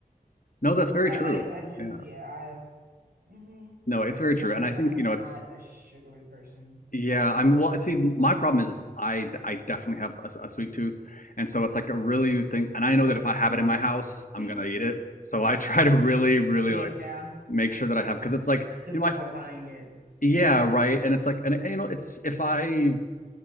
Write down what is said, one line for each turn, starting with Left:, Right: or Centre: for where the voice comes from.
Left: <laughs> no that's very
Right: I,
Left: true
Right: I, I just,
Left: yeah
Right: yeah, I, hmm
Left: no it's very true
Right: I,
Left: and I think
Right: I am
Left: you know
Right: not
Left: it's
Right: a sugary person.
Left: Yeah, I'm well. See, my problem is, is I I definitely have a, s- a sweet tooth, and so it's like a really thing. And I know
Right: Oh
Left: that if
Right: no.
Left: I have it in my house, I'm
Right: <laughs>
Left: gonna eat it. So I <laughs> try to really, really
Right: Yeah,
Left: like make sure that I have because it's like
Right: just
Left: you
Right: avoid
Left: know, I,
Right: buying it.
Left: yeah, right. And it's like, and, and you know, it's if I you